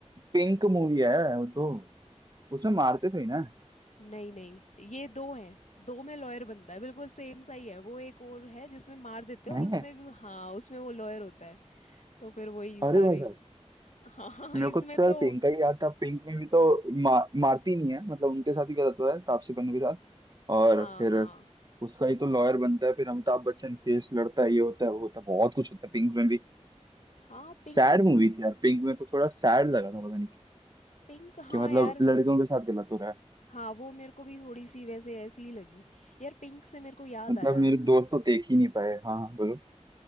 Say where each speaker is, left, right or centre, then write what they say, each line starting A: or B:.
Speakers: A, on the right (about 35°); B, on the left (about 75°).
A: पिंक मूवी है वो तो उसमें मारते थे ही ना
B: नहीं नहीं ये दो हैं दो में लॉयर बनता है बिल्कुल सेम सा ही है वो एक और है जिसमें मार देते हैं
A: हैं?
B: और उसमें भी हाँ उसमें वो लॉयर होता है तो फिर वही सारे
A: अरे भाई साहब
B: हाँ हाँ हाँ,
A: मेरे
B: इसमें
A: को तो
B: तो
A: यार पिंक का ही याद था पिंक में भी तो मा, मारती नहीं है मतलब उनके साथ ही गलत हुआ है तापसी पन्नू के साथ और
B: हाँ
A: फिर
B: हाँ
A: उसका ही तो लॉयर बनता है फिर अमिताभ बच्चन केस लड़ता है ये होता है वो होता है बहुत कुछ होता है पिंक में भी
B: हाँ पिंक
A: सैड मूवी थी यार पिंक में कुछ थोड़ा सैड लगा था पता नहीं क्यों
B: पिंक हाँ
A: कि मतलब
B: यार म,
A: लड़कियों के साथ गलत हो रहा है
B: हाँ वो मेरे को भी थोड़ी सी वैसे ऐसी ही लगी यार पिंक से मेरे को याद
A: मतलब
B: आया
A: मेरे दोस्त तो देख ही नहीं पाए हाँ हाँ बोलो